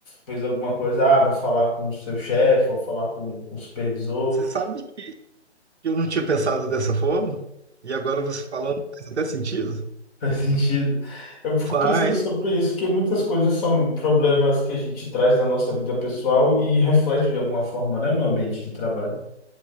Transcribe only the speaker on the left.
fez alguma coisa, ah, vou falar com o seu chefe, vou falar com, com o supervisor.
<laughs> Faz sentido. Eu fico
pensando sobre isso, porque muitas coisas são problemas que a gente traz da nossa vida pessoal e reflete de alguma forma, né, no ambiente de trabalho.